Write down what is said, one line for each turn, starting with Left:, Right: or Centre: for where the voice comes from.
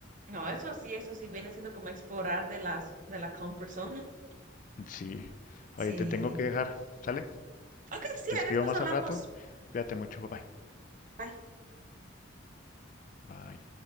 Right: No, eso sí, eso sí viene siendo como explorar de las, de la comfort zone. <laughs>
Left: Sí. Oye,
Right: Sí.
Left: te tengo que dejar, ¿sale?
Right: Ok, sí,
Left: Te escribo
Right: ahí después
Left: más
Right: hablamos.
Left: al rato. Cuídate mucho, bye bye.
Right: Bye.
Left: Bye.